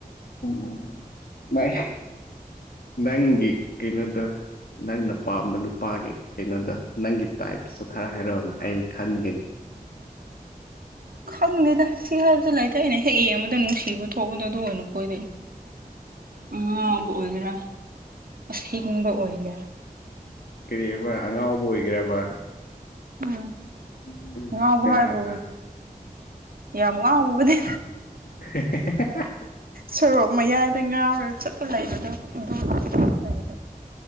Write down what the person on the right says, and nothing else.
ꯈꯪꯗꯦꯗ ꯁꯤ ꯍꯥꯏꯕꯁꯨ ꯂꯩꯇꯦ ꯑꯩꯅ ꯍꯦꯛ ꯌꯦꯡꯕꯗ ꯅꯨꯡꯁꯤꯕ ꯊꯣꯛꯄꯗꯣ ꯑꯗꯨ ꯑꯣꯏꯅ ꯀꯣꯏꯗꯣꯏꯅꯤ ꯑꯉꯥꯎꯕ ꯑꯣꯏꯒꯦꯔꯥ ꯑꯁꯤꯡꯕ ꯑꯣꯏꯒꯦꯔꯥ
ꯎꯝ
ꯉꯥꯎꯕ ꯍꯥꯏꯕꯨ ꯌꯥꯝ ꯉꯥꯎꯕꯅꯦ
ꯁꯣꯔꯣꯛ ꯃꯌꯥꯏꯗ ꯉꯥꯎꯔꯒ ꯆꯠꯄ ꯂꯩꯕꯗꯣ ꯑꯗꯨ ꯀꯩ